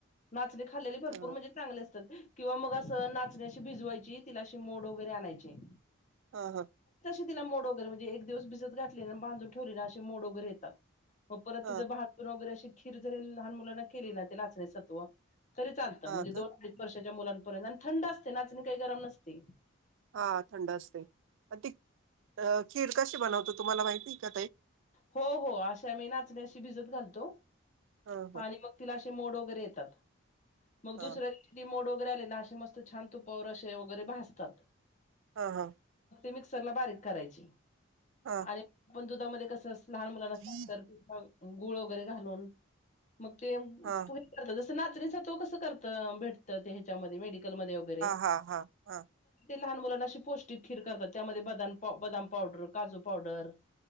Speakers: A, on the left; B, on the right.
A: नाचणी- खाल्लेली भरपूर
B: हा
A: म्हणजे चांगले असतात- किंवा मग असं नाचनी आशी भिजवायची, तिला अशी मोड वगैरे आणायचे-
B: हा, हा,
A: तिला मोड वैरे म्हणजे एक दिवस तिला भिजत घातली बांधून ठेवले ना, असे मोड वैगरे येतात. मग परत
B: हा
A: ति भहातून वगैरे <unintelligible> खीर जरी लहान मुलांना केली ना ते नाचण्यासत्व- तरी चालत म्हणजे
B: हा का
A: दोन अडीच वर्षाच्या- मुलांपर्यंत आणि थंड असते नाचणी काही गरम नसते.
B: हा थंड असते. ती खीर कशी बनवतो, तुम्हाला माहिती- का?
A: हो हो अशा मी नाचण्याशी भिजत घालतो,
B: हं हं
A: आणि मग तिला- मोड वगैरे येतात. मग
B: हं
A: दुसऱ्या दिवशी मोड- वगैरेले नाे मस्त छान तुपे वगैरे भासतात.
B: हा हा.
A: मिक्सर ला बारीक करायची.
B: हं
A: आणि दुधामध्ये, लहान मुलांना.
B: हं
A: गुळ वगैरे घालून. मग ते
B: हा
A: तू हे करत. तुला अर्थी सव्या कसं करत भेटतं मेडिकाल. वर.
B: हा हा हा
A: लहान मुलांना अशी पौष्टिक खीर करतात त्यामध्ये बदाम पावडर काजू पावडर.